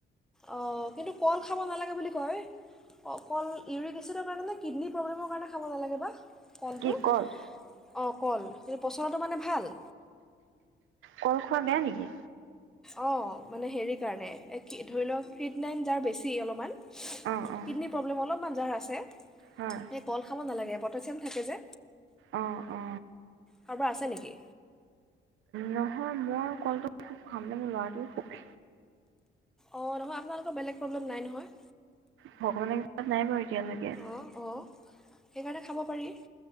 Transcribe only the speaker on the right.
কি কল
কল খোৱা বেয়া নেকি?
অ অ
হয়
অ অ
নহয় মই কলটো সুখ খাম মানে মোৰ লৰাটোও সুখ
ভগৱানৰ কিবাত নাই বাৰু এতিয়ালৈকে